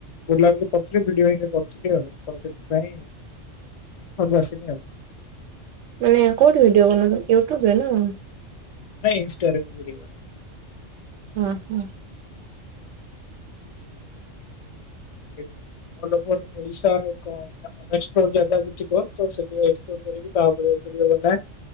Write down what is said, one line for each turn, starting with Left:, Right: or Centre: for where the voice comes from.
Left: ବୁଲାବୁଲି କର୍ଥୁଲି ଭିଡିଓ ହରିକା କର୍ଥୁଲି ଆଉ ତ ସେଥିପାଇଁ ଘର୍କୁ ଆସିନି ଆଉ।
Right: ମାନେ କୋଉଠି ଭିଡିଓ ବନଉଚ ୟୁଟ୍ୟୁବ୍ରେ ନା।
Left: ନାଇଁ ଇଁଷ୍ଟା ରେ ମୁଁ ଭଡିଓ ବନାଏ।
Right: ହୁଁ ହୁଁ।
Left: <unintelligible> ଓଡିଶା <unintelligible> ନେଷ୍ଟ୍ ପ୍ଲୋର୍ ଜାଗା ଦେ ଠିକ ତ ସେଠି ରେକର୍ଡ କରିକି ତା ଉପରେ ଭିଡିଓ ବନାଏ।